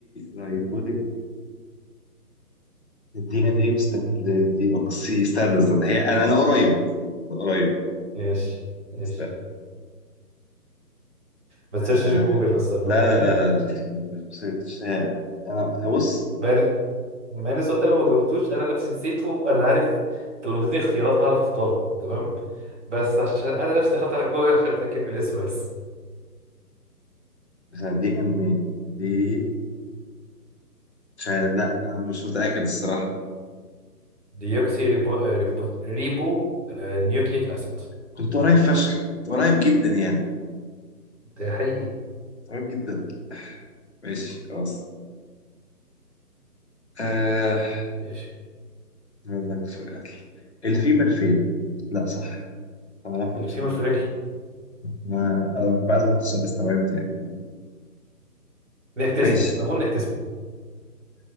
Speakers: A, on the left; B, on the right.
A: رايبوزيك الدي ان ايه ستاند دي اوكسي ستاند استنى هي انا انا قريب قريب
B: ماشي ماشي
A: استنى
B: ما تسيرشش
A: آه
B: جوجل بس اهم
A: لا
B: حاجه
A: لا لا لا، مش مش- مش- انا بص
B: ما إن- ما ان السؤال ده لو ما جاوبتوش انا نفسي نسيته انا عارف أنت لو اديتني اختيارات هعرف اختاره تمام بس عشان انا نفسي دخلت على جوجل عشان اتاكد بالاسم بس
A: مثلا دي ان ايه مش عارف- لا انا مش متاكد الصراحه
B: ديوكسي ريبو, آه، ريبو, ريبو آه، نيوكليك اسيد
A: كنت قريب فشخ كنت قريب جدا يعني
B: ده حقيقي
A: قريب جدا ماشي خلاص آه
B: ماشي
A: هقول لك سؤال الفيمر فين لا صح انا عارفها
B: الفيمور
A: بس ما
B: في الرجل
A: ما- أنا بعد ما قلت السؤال استوعبت يعني
B: نحتسبه
A: ماشي
B: انا بقول نحتسبه